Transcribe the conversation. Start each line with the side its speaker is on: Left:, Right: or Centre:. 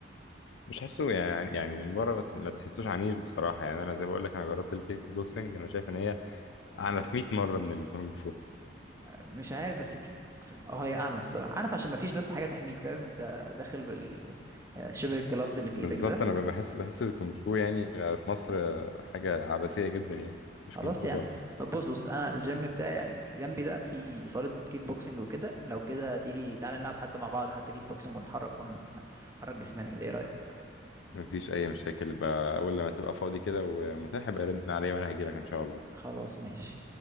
Left: مش حاسه يعني يعني من بره ما تح- ما تحسوش عنيف بصراحه يعني انا زي ما بقول لك انا جربت الكيك بوكسنج انا شايف ان هي اعنف 100 مره من الكونغ فو
Right: مش عارف بس الكيك بوكسنج اه هي عنف الصراحه عنف عشان ما فيش بس حاجه تحميك فاهم انت داخل بال يعني شبه الجلافز اللي
Left: بالظبط
Right: في ايدك ده
Left: انا بحس بحس الكونغ فو يعني في مصر حاجه عبثيه جدا يعني مش
Right: خلاص
Left: كونغ فو
Right: يا
Left: خالص
Right: عم طب بص بص انا الجيم بتاعي جنبي ده في صالة كيك بوكسنج وكده لو كده تيجي تعالى نلعب حتى مع بعض حتى كيك بوكسنج ونحرك ونحرك جسمنا كده ايه رأيك
Left: مفيش اي مشاكل بقى اول لما تبقى فاضي كده ومتاح ابقى رن عليا وانا هجيلك ان شاء الله
Right: خلاص ماشي